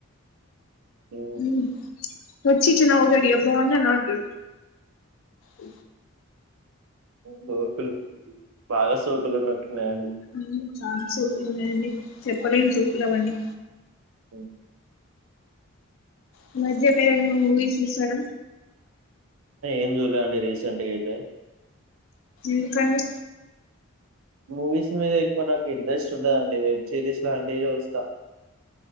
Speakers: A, on the right; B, on the left.
A: ఉమ్,
B: మ్మ్ వచ్చి టిన ఒకటియే బాగున్నాన అంటాడు అ
A: సోకులు బాగా సోకులున్నట్లు ఉన్నాయండి
B: మ్మ్ చానా సోకులు ఉన్నాయంండి చెప్పలేము సోకులు అవన్నీ
A: ఉమ్,
B: ఈ మధ్యల ఏవైనా మూవీస్ చూశారా
A: ఏం చూలే అండి రీసెంట్గా అయితే
B: ఎందుకండి
A: మూవీస్ మీద ఎక్కువ నాకు ఇంట్రెస్ట్ ఉండదండి వెబ్ సిరీస్ లాంటివి చూస్తా